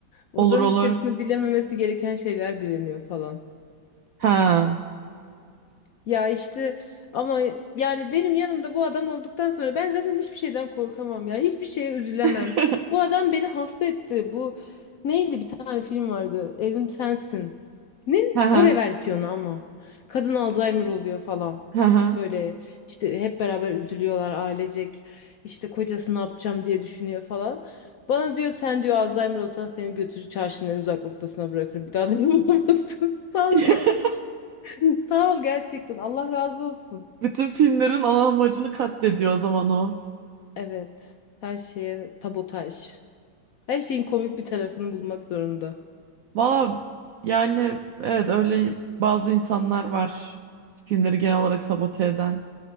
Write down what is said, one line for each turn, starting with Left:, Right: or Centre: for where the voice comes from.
Left: Odanın
Right: Olur olur.
Left: içerisinde dilememesi gereken şeyler dileniyor falan.
Right: Ha.
Left: Ya işte ama yani benim yanımda bu adam olduktan sonra ben zaten hiçbir şeyden korkamam ya. Hiçbir şeye üzülemem.
Right: <laughs>
Left: Bu adam beni hasta etti. Bu neydi bir tane film vardı. Evim Sensin. Nin
Right: Ha
Left: Kore
Right: ha.
Left: versiyonu ama. Kadın Alzheimer oluyor falan.
Right: Ha ha.
Left: Böyle işte hep beraber üzülüyorlar ailecek. İşte kocası ne yapacağım diye düşünüyor falan. Bana diyor sen diyor Alzheimer olsan seni götürür çarşının en uzak noktasına bırakırım. Bir daha da bulamazsın. <laughs> Sağ
Right: <laughs>
Left: ol ya. <laughs> Sağ ol gerçekten. Allah razı olsun.
Right: Bütün filmlerin ana amacını katlediyor o zaman o.
Left: Evet. Her şeye tabotaj. Her şeyin komik bir tarafını bulmak zorunda.
Right: Valla yani evet öyle bazı insanlar var filmleri genel olarak sabote eden.